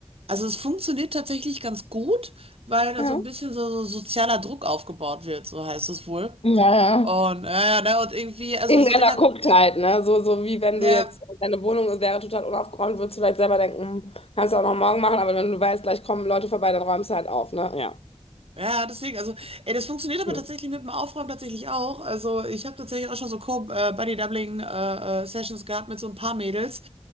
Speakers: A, on the right (about 75°); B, on the left (about 75°).
A: also es funktioniert tatsächlich ganz gut, weil da
B: ja.
A: so ein bisschen so, so sozialer Druck aufgebaut wird, so heißt es wohl.
B: Naja.
A: Und, äh, ne, und irgendwie, also
B: Irgendeiner
A: so in der,
B: guckt halt, ne? So, so wie wenn
A: ja,
B: du jetzt, deine Wohnung wäre total unaufgeräumt, würdest du vielleicht selber denken, hm, kannst du auch noch morgen machen, aber wenn du weißt, gleich kommen Leute vorbei, dann räumst du halt auf, ne? Ja.
A: Ja, deswegen, also, ey, das funktioniert aber
B: Hm.
A: tatsächlich mit dem Aufräumen tatsächlich auch. Also, ich habe tatsächlich auch schon so Co-Buddy-Doubling-Sessions gehabt mit so ein paar Mädels,